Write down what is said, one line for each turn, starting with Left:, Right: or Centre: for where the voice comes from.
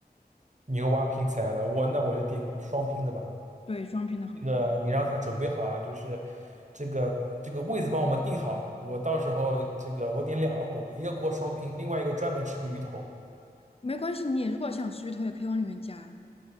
Right: 牛蛙拼起来的。我那我就点个双拼的吧。
Left: 对，双拼的很好。
Right: 这个你让他准备好啊，就是这个这个位子帮我们定好。我到时候这个我点两个锅，一个锅双拼，另外一个专门吃个鱼头。
Left: 没关系，你如果想吃鱼头，也可以往里面加，